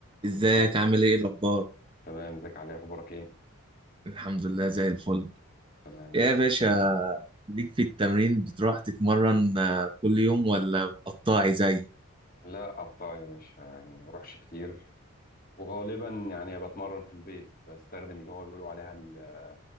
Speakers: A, on the right; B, on the left.
A: ازيك
B: ازيك
A: عامل ايه الاخبار
B: تمام ازيك علي اخبارك ايه
A: الحمد لله زي الفل
B: تمام
A: يا
B: الحمد
A: باشا
B: لله
A: ليك في التمرين بتروح تتمرن آه، كل يوم ولا قطاعي زي
B: لا قطاع يا باشا يعني ما بروحش كتير وغالبا يعني بتمرن في البيت بستخدم اللي هو بيقولوا عليها ال-